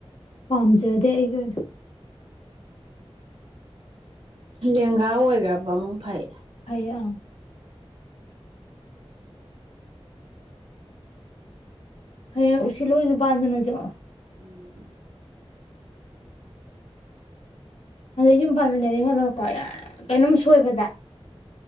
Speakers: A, on the left (about 85°); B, on the right (about 75°).
A: ꯄꯥꯝꯖꯗꯦ ꯑꯩꯒꯤ ꯑꯣꯏꯅ
B: ꯂꯦꯡꯒꯥ ꯑꯣꯏꯈ꯭ꯔꯕ ꯑꯃꯨꯛ ꯐꯩ
A: ꯑ ꯍꯌꯦ ꯎꯆ ꯂꯣꯍꯤꯅ ꯄꯥꯗꯅꯖ
B: ꯎꯝ
A: ꯑꯗꯩ ꯌꯨꯝ ꯄꯥꯟꯃꯤꯟꯅꯔꯦ ꯈꯜꯂꯄ ꯀꯩꯅꯣꯝ ꯁꯣꯏꯕꯗ